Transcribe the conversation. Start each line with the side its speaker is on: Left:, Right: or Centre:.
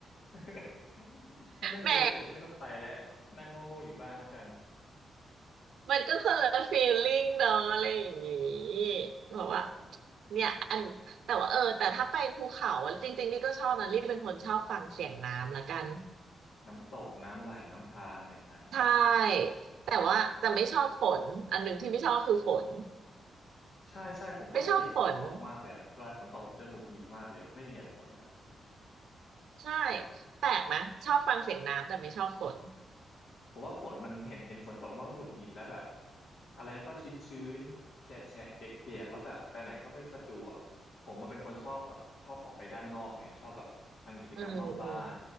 Left: <laughs> นั่งนั่งอยู่เฉยๆไม่ต้องไปแล้วนั่งโง่ๆอยู่บ้านแล้วกัน
Right: แหมมันก็คนละฟีลลิ่งเนาะอะไรอย่างงี้บอกว่า
Left: <laughs> อ๋อ
Right: เนี่ยอันแต่ว่าเออแต่ถ้าไปภูเขาอะจริงๆลี่ก็ชอบนะลี่เป็นคนชอบฟังเสียงน้ำละกัน
Left: น้ำตกน้ำไหลน้ำธารอะไรอย่างนั้น
Right: ใช่แต่ว่าจะไม่ชอบฝนอันหนึ่งที่ไม่ชอบคือฝน
Left: ใช่ใช่ผมว่าเกลียดฝนตกมากเลยอะเวลาฝนตกผมจะหงุดหงิดมากเลยแบบไม่มีเหตุผลนะ
Right: ไม่ชอบฝน ใช่
Left: แบบ
Right: แปลกไหะชอบฟังเสียงน้ำแต่ไม่ชอบฝน
Left: ผมว่าฝนมันเห็นเห็นฝนตกมันก็หงุดหงิดแล้วแบบอะไรมันก็ชื้นชื้นแฉะแฉะเปียกเปียกๆแล้วแบบไปไหนก็ไม่สะดวกผมมันเป็นคนชอบแบบชอบออกไปด้านนอกไงชอบแบบทำกิจกรรมนอกบ้าน
Right: อืมอืม